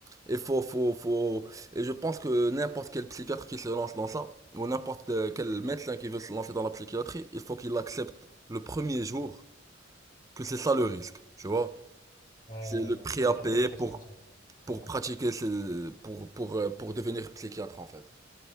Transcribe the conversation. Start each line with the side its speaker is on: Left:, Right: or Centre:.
Right: Et faut, faut, faut. Et je pense que n'importe quel psychiatre qui se lance dans ça, ou n'importe euh, quel médecin qui veut se lancer dans la psychiatrie, il faut qu'il accepte le premier jour que c'est ça le risque, tu vois.
Left: Ouais,
Right: C'est
Left: ouais,
Right: le
Left: ouais,
Right: prix
Left: il faut
Right: à
Left: qu'il
Right: payer
Left: en ait conscience.
Right: pour,
Left: ouais.
Right: pour
Left: Ouais.
Right: pratiquer, ce- pour, pour, euh, pour devenir psychiatre, en fait.